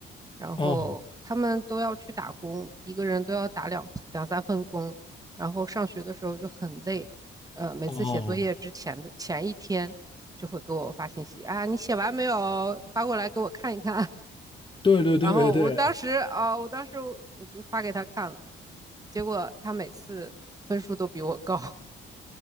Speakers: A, on the right (about 20°); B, on the left (about 25°).
A: 然后他们都要去打工，
B: 哦
A: 一个人都要打两两三份工，然后上学的时候就很累，呃，每次写作业之前的前一天就会给我发信息啊，
B: 哦，
A: 你写完没有？发过来给我看一看。
B: 对对对对对
A: <laughs> 然后我当时啊，我当时我就发给他看了，结果他每次分数都比我高。<laughs>